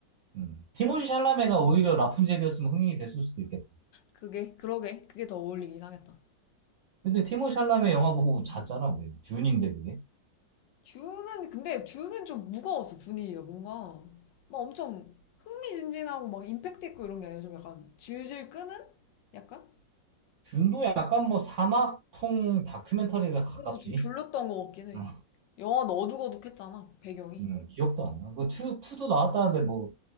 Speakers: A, on the right; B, on the left.
A: 음. 티모시 샬라메가 오히려 라푼젤이었으면 흥행이 됐을 수도 있겠다.
B: 그게, 그러게. 그게 더 어울리긴 하겠다.
A: 근데 티모시 샬라메 영화 보고 잤잖아 우리. 듄인데 그게.
B: 주는 근데 주는 좀 무거웠어 분위기가 뭔가 막 엄청 흥미진진하고 막 임팩트 있고 이런 게 아니라 좀 약간 질질 끄는 약간
A: 듄도 약간 뭐 사막풍 다큐멘터리가 가깝지.
B: 그래서 좀 졸렸던 것 같긴 해.
A: 음,
B: 영화는 어둑어둑했잖아 배경이
A: 음, 기억도 안 나. 그 투, 투도 나왔다는데 뭐